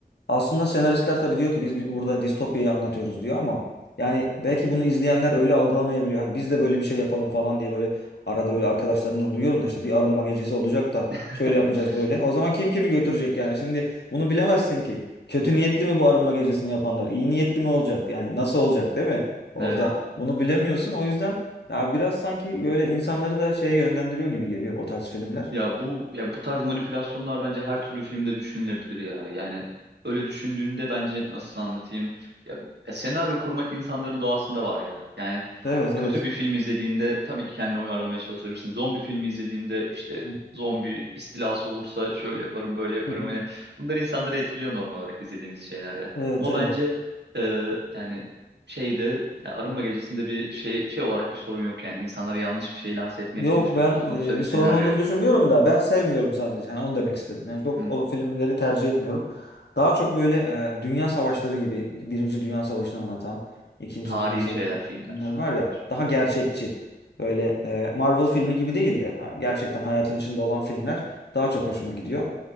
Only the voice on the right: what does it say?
<laughs>
Evet.
Ya bu ya bu tarz manipülasyonlar bence her türlü filmde düşünülebilir ya. Yani öyle düşündüğünde bence nasıl anlatayım? Ya, ya senaryo kurmak insanların doğasında var ya. Yani
kötü bir film izlediğinde tabii ki kendini uyarlamaya çalışabilirsin. Zombi filmi izlediğinde işte
zombi istilası olursa şöyle yaparım, böyle yaparım.
Hani bunlar insanları etkiliyor normal olarak izlediğimiz şeyler ya.
Ama
bence e, yani şeyde ya Arınma Gecesi'nde bir şey şey olarak bir sorun yok yani. İnsanlara yanlış bir şey lanse etmeye
çalışmıyorlar.
Sonuçta
bir
senaryo.
Hı.
Tarihi
şeyler,
filmler.
daha çok.